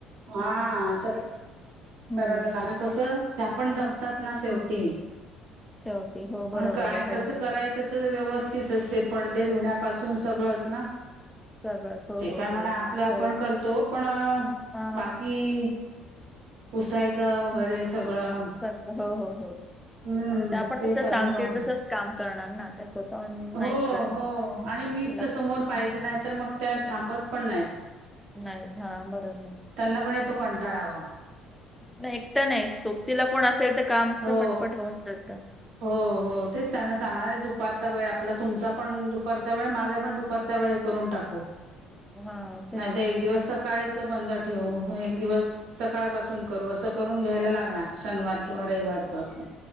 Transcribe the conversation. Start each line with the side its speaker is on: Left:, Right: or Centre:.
Right: हाआ, सगळं
Centre: हम्म
Right: करायला ना कसं? त्या पण दपतात ना शेवटी.
Centre: हं. शेवटी हो
Right: पण
Centre: बरोबर
Right: काय
Centre: आहे हो
Right: कसं
Centre: हो
Right: करायचं
Centre: हो
Right: तर व्यवस्थित असते पडदे धुण्यापासून सगळंच ना?
Centre: सगळंच हो
Right: ते
Centre: हो
Right: काय म्हणा
Centre: हो
Right: आपलं
Centre: नाही
Right: आपण
Centre: तर
Right: करतो पण
Centre: हा
Right: बाकीई पुसायचं वगेरे
Centre: हं.
Right: सगळं
Centre: सगळं हो हो हो
Right: हं,
Centre: आणि आपण
Right: ते
Centre: कसं
Right: सगळं
Centre: सांगतील
Right: बघ,
Centre: तसंच काम करणार ना त्या स्वतःहून नाहीच
Right: हो
Centre: करणार
Right: हो आणि मी
Centre: लक्ष
Right: तस समोर पाहिजे
Centre: हं.
Right: नाही तर मग त्या थांबत पण नाहीत
Centre: नाहीत. हा, बरोबर.
Right: त्यांना पण येतो कंटाळा वा
Centre: न एकटं नाही, सोबतीला कोण असेल तर काम
Right: हो
Centre: पटपट होऊन जातं.
Right: हो हो, तेच त्यांला
Centre: हं.
Right: सांगणारे तू पारचा वेळ आपला तुमचा पण दुपारचा वेळ माझा पण दुपारचा वेळे करून टाकू.
Centre: हा ते
Right: नाही त एक दिवस सकाळीचं बंद ठेव, म एक दिवस सकाळपासून करू, असं करून घ्यायला लागणार शनवार किंवा रैवारचं असं.